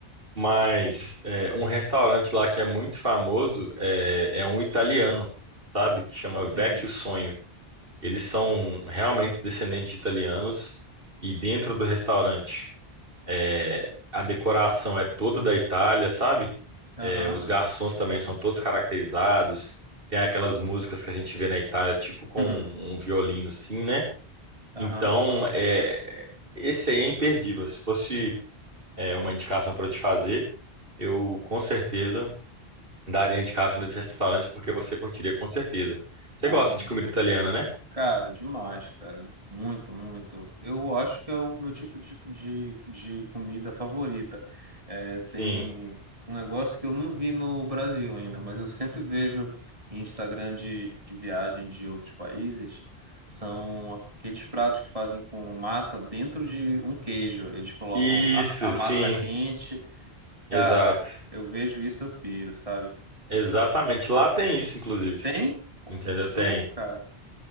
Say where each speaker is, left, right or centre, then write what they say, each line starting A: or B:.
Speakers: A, on the right; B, on the right.
A: Mas é, um restaurante lá que é muito famoso é, é um italiano, sabe? Que chama Vecchio
B: Uhum.
A: Sonho. Eles são realmente descendentes de italianos e dentro do restaurante é, a decoração é toda da Itália, sabe?
B: Aham.
A: É, os garçons
B: <laughs>
A: também são todos caracterizados. Tem aquelas músicas que a gente vê na Itália, tipo com
B: Uhum.
A: um, um violino, sim, né?
B: Aham.
A: Então, é, esse aí é imperdível. Se fosse, é, uma indicação para eu te fazer, eu com certeza Daria indicação desse restaurante porque você curtiria com certeza. Você
B: Amar.
A: gosta de comida italiana, né?
B: Cara, demais, cara. Muito, muito. Eu acho que é o meu tipo de, de, de comida favorita. É,
A: Sim.
B: tem um negócio que eu não vi no Brasil ainda, mas eu sempre vejo em Instagram de, de viagem de outros países. São aqueles pratos que fazem com massa dentro de um queijo. Eles colocam
A: Isso,
B: a, a massa
A: sim.
B: quente. Cara,
A: Exato.
B: eu vejo isso, eu piro, sabe?
A: Exatamente. Lá tem isso, inclusive.
B: Tem?
A: Entendeu?
B: Show,
A: Tem.
B: cara.